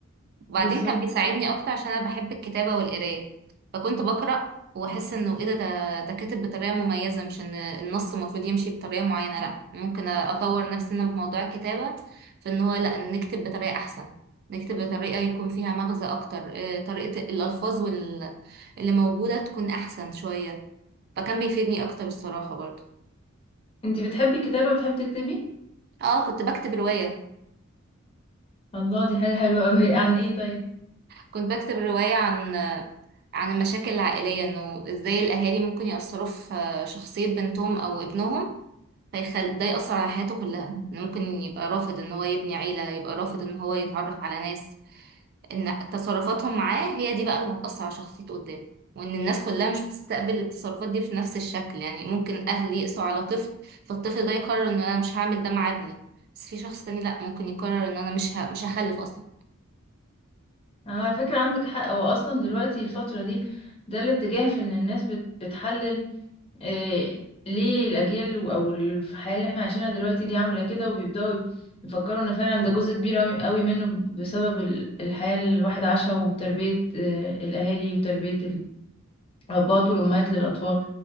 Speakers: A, on the right; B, on the left.
A: وبعدين
B: بالظبط
A: كان بيساعدني اكتر عشان انا بحب الكتابه والقرايه فكنت بقرا واحس انه ايه ده ده ده كاتب بطريقه مميزه مش ان النص المفروض يمشي بطريقه معينه لا ممكن اطور نفسي انا في موضوع الكتابه في ان هو لا نكتب بطريقه احسن نكتب بطريقه يكون فيها مغزى اكتر آه، طريقه الالفاظ وال... اللي موجوده تكون احسن شويه فكان بيفيدني اكتر الصراحه برضه
B: انتي بتحبي الكتابة بتحبي تكتبي
A: اه كنت بكتب روايه
B: الله دي حاجة حلوة أوي <laughs> عن ايه طيب
A: كنت بكتب روايه عن عن المشاكل العائلية انه ازاي الاهالي ممكن يأثروا في شخصية بنتهم او ابنهم فيخل... ده يأثر على حياته كلها إنه ممكن يبقى رافض ان هو يبني عيلة يبقى رافض ان هو يتعرف على ناس ان تصرفاتهم معاه هي دي بقى اللي هتأثر على شخصيته قدام وان الناس كلها مش بتستقبل التصرفات دي في نفس الشكل يعني ممكن اهل يقسوا على طفل فالطفل ده يقرر ان انا مش هعمل ده مع ابني بس في شخص تاني لا ممكن يقرر ان انا مش ه... مش هخلف اصلا
B: أنا على فكرة عندك حق هو أصلا دلوقتي الفترة دي ده الاتجاه في إن الناس بت بتحلل إيه ليه الأجيال أو الحياة اللي احنا عايشينها دلوقتي دي عاملة كده وبيبدأوا يفكروا إن فعلا ده جزء كبير أوي أوي منه بسبب ال- الحياة اللي الواحد عاشها وتربية آه، الأهالي وتربية الأباء والأمهات للأطفال